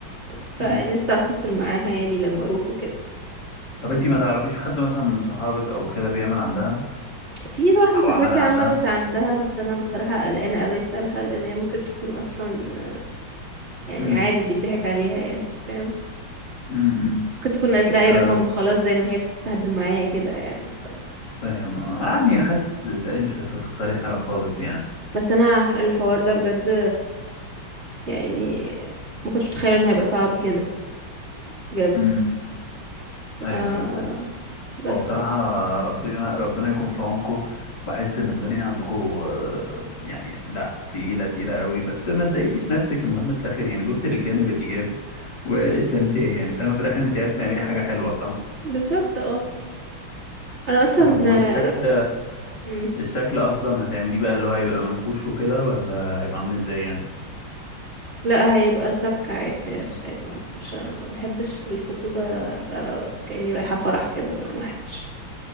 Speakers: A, on the right; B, on the left.
A: فلسه
B: امم
A: هفصل معاها يعني لما اروح وكده
B: طب انتي ما تعرفيش حد مثلا من صحابك او كده بيعمل عندها
A: في واحدة
B: او
A: صاحبتي
B: عمل عندها
A: عملت عندها بس أنا بصراحة قلقانة أوي أسألها لأن هي ممكن تكون أصلا يعني
B: امم
A: عادي بيضحك عليها يعني فاهم
B: امم
A: ممكن تكون قالت لها أي
B: آه
A: رقم وخلاص زي ما هي بتستهبل معايا كده يعني ف...
B: فاهم اه يعني حاسس اسألي مش هتخسري حاجة خالص يعني
A: بس أنا الحوار ده بجد يعني ما كنتش متخيلة إنه هيبقى صعب كده بجد
B: امم ايوه
A: آه
B: ايوه فاهم
A: بس
B: هو بصراحة
A: يعني.
B: ربنا ربنا يكون في عونكم بحس إن الدنيا عندكم آه، يعني لا تقيلة تقيلة قوي بس ما تضايقيش نفسك المهم في الآخر يعني بصي للجانب الإيجابي واستمتعي يعني فاهمة في الآخر أنت عايز تعملي حاجة حلوة صح؟
A: بالظبط اه أنا أصلا
B: طب والشكل
A: رحت مم.
B: الشكل أصلا هتعمليه بقى اللي هو هيبقى منفوش وكده ولا هيبقى عامل إزاي يعني؟
A: لا هيبقى سك عادي يعني، مش هيبقى مفهوش أنا ما بحبش في الخطوبة أبقى كأني رايحة فرح كده أنا ما بحبش